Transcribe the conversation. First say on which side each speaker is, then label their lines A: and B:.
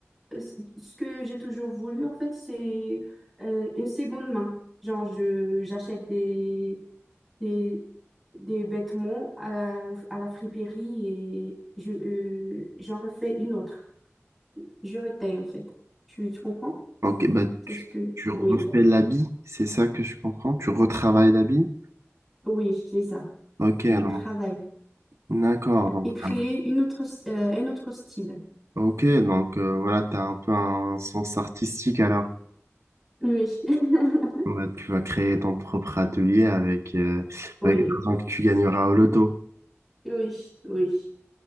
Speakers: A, in the centre; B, on the right.
A: ce ce que j'ai toujours voulu, en fait, c'est euh, une seconde main. Genre, je, j'achète des, des, des vêtements à, la- au- à la friperie et je, euh, j'en refais une autre. Je retaille, en fait. Tu, tu comprends?
B: Ok, bah
A: C'est
B: tu,
A: ce que...
B: tu refais
A: Oui,
B: l'habit, c'est ça que je comprends? Tu retravailles l'habit?
A: oui, c'est ça.
B: Ok,
A: Je
B: alors,
A: travaille.
B: d'accord, donc,
A: Et créer
B: euh,
A: une autre, euh, un autre style.
B: ok, donc euh, voilà, tu as un peu un sens artistique alors.
A: Oui. <laughs>
B: Bah, tu vas créer ton propre atelier avec, euh,
A: Oui,
B: avec l'argent que tu gagneras au loto.
A: oui, oui.